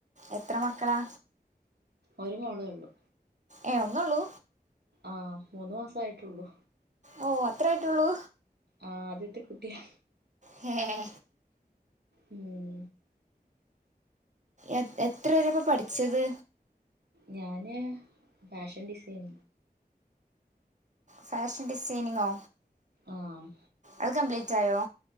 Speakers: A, on the right; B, on the right.
A: എത്ര മക്കളാ
B: ഒര് മോളേള്ളു
A: ഏ ഒന്നൊള്ളൂ
B: ആഹ് മൂന്ന് മാസായിട്ടുള്ളൂ
A: ഓ അത്ര ആയിട്ടേള്ളൂ
B: ആഹ് ആദ്യത്തെ കുട്ടിയാ
A: ഹേ
B: ഉം
A: എഹ് എത്ര വെരെ അപ്പൊ പഠിച്ചത്
B: ഞാന് ഫാഷൻ ഡിസൈൻ
A: ഫാഷൻ ഡിസൈനിങ്ങോ
B: ആഹ്
A: അത് കംപ്ലീറ്റ് ആയോ